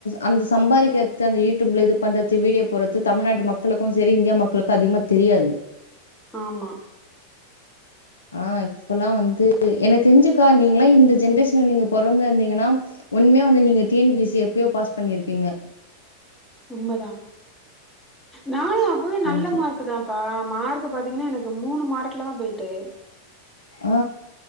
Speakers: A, on the left; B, in the centre.
A: அந்த சம்பாதிக்கிறது அந்த யூடியூப்ல இது பண்றது வீடியோ போடுறது தமிழ்நாட்டு மக்களுக்கும் சரி இந்தியா மக்களுக்கும் அதிகமா தெரியாது
B: ஆமா
A: ஆஹ் இப்பல்லாம் வந்து எனக்கு தெரிஞ்சுக்கா நீங்கல்லாம் இந்த ஜென்ரேஷன்ல நீங்க பிறந்த இருந்தீங்கன்னா உண்மையா வந்து நீங்க டீஎன்பிசி எப்பயோ பாஸ் பண்ணியிருப்பீங்க
B: உண்மைதான் நானும் அப்பவே
A: கொஞ்சம்
B: நல்ல மார்க் தான்ப்பா மார்க் பாத்தீங்கன்னா எனக்கு மூணு மார்க்ல தான் போயிருக்கு டே
A: ஆ